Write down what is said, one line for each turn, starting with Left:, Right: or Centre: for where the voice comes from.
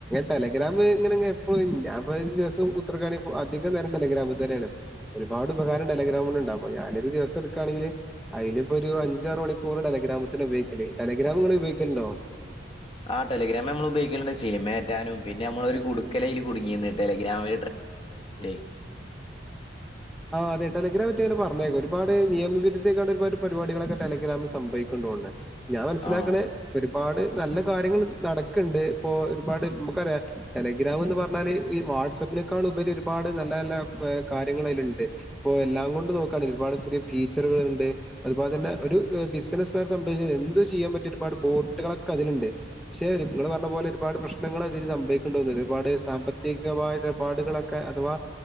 Centre: ടെലഗ്രാം ഇങ്ങനെ ഇപ്പൊ ഞാപൊരു ദിവസം ഉത്ത കാണിഅപ്പോ അധികം നേരം ടെല്രാാം ഇത് തന്നെയാണ് ഒരുപാട് ഉപകാരം ടെല്രാഗ്രമോണ്ട്ണ്ട് നാപ്പോ ഞാൻ ഒരു ദിവസം എടുക്കാണെങ്കിൽ അയിൽപ്പോ ഒരു അഞ്ചാറ് മണിക്കൂർ ടെലഗ്രാമിതന്നെ ഉപയോഗിക്കൽ ടെലഗ്രാം പ നിങ്ങള് ഉപയോഗിക്കലുണ്ടോ?
Left: ആ ടെലഗ്രാം നമ്മൾ ഉപയോഗിക്കുന്നുണ്ട്, സിനിമ കേറ്റാനും പിന്ന നമ്മൊ ഒരു കുടുക്കലൈൽ കുടുങ്ങിയന്ന് ടെലഗ്രാമ <unintelligible>
Centre: ആ അതെ ടെലഗ്രാമിനെ പറ്റി അവർ പറഞ്ഞേക്കെ ഒരു പാട് നിയവിരുദ്ധ പരിപാടികളൊക്കെ ടെലഗ്രാമിൽ സംഭവിക്കുണ്ട്. ട്ടോണ്ട് ഞാൻ മനസ്സിലാക്കണ
Left: ആഹ്
Centre: ഒരുപാട് നല്ല കാര്യങ്ങൾ നടക്കണ്ട് ഇപ്പോ ഒരുപാട് നമുക്കറിയ ടെലിഗ്രാന്ന് പറഞ്ഞാല് ഈ വാട്സആപ്പ അതിനേക്കാൾ ഉപരി ഒരുപാട് നല്ല നല്ല കാര്യങ്ങളതിലുണ്ട് ഇപ്പോഎല്ലാം കൊണ്ട് നോക്കയാണെങ്കി ഒരുപാട് പുതിയ ഫീച്ചറുകൾ ഉണ്ട് അതുപോലെ തന്നെ ഒരു ബിസിനസ് ഒക്കെ എന്ത് ചെയ്യാൻ പറ്റയ ഒരുപാട് ബോട്ടുകളൊക്കെ അതിലണ്ട് പക്ഷെ നിങ്ങള് പറഞ്ഞ പോലെ ഒരുപാട് പ്രശ്നങ്ങൾ അതി- സംഭവിക്കുണ്ട് ഒരുപാട് സാമ്പത്തികമായടപാടുകളൊക്കെ അഥവാ